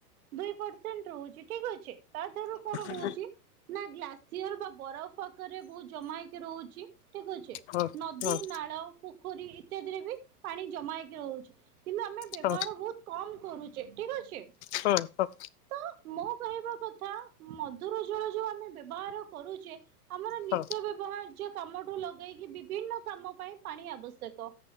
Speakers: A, on the right; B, on the left.
A: ଦୁଇ ପରସେଣ୍ଟ ରହୁଛି ଠିକ ଅଛି ତା ଦିହରୁ କଣ ହଉଛି
B: ହଁ
A: ନା ଗ୍ଲା ସିଅର ବା ବରଫ ପାଖରେ ବହୁତ ଜମା ହେଇକି ରହୁଛି ଠିକ ଅଛି
B: ହଁ
A: ନଦୀ,
B: ହଁ।
A: ନାଳ ପୋଖରୀ ଇତ୍ୟାଦିରେ ବି ପାଣି ଜମା ହେଇକି ରହୁଛି କିନ୍ତୁ ଆମେ ବ୍ୟବହାର
B: ହଁ
A: ବହୁତ କମ କରୁଛେ ଠିକ ଅଛି।
B: ହଁ ହଉ।
A: ତ ମୋ କହିବା କଥା ମଧୁର ଜଳ ଯୋଉ ଆମେ ବ୍ୟବହାର କରୁଛେ ଆମର ନିତ୍ୟ
B: ହଁ
A: ବ୍ୟବହାର୍ଯ୍ୟ କାମଠୁ ଲଗେଇକି ବିଭିନ୍ନ କାମ ପାଇଁ ପାଣି ଆବଶ୍ୟକ।